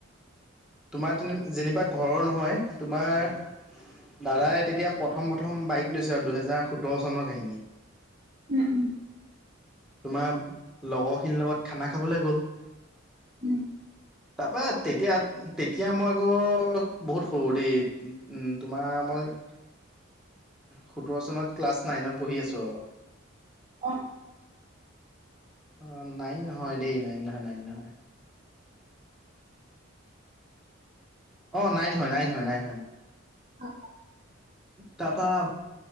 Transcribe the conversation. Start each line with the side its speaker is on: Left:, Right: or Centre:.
Centre: তোমাৰ তে যেনিবা ঘৰৰ নহয় তোমাৰ। দাদাই তেতিয়া প্ৰথম প্ৰথম বাইক লৈছে আৰু দুহেজাৰ সোতৰ চনৰ কাহিনী
Right: উম উম।
Centre: তোমাৰ লগৰখিনিৰ লগত খানা খাবলৈ গ'ল।
Right: উম।
Centre: তাৰপৰা তেতিয়া তেতিয়া মই আকৌ বহুত সৰু দেই তোমাৰ মই।
Right: <unintelligible>
Centre: সোতৰ চনত ক্লাছ নাইনত পঢ়ি আছো আৰু।
Right: উম অ
Centre: অ নাইন নহয় দেই নাইন নহয় নাইন নহয়। অ নাইন হয় নাইন হয় নাইন হয়।
Right: <unintelligible>
Centre: তাপা